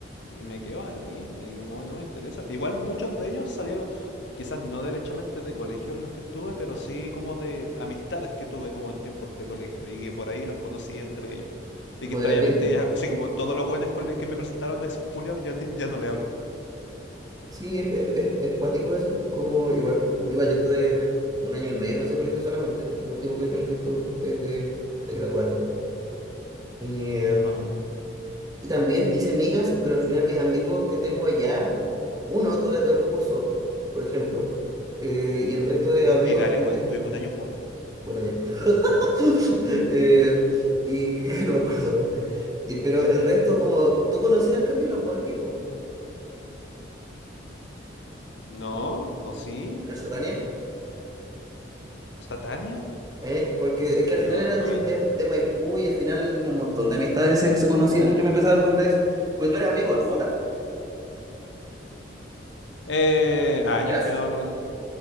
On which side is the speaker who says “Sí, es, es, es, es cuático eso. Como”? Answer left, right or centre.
Right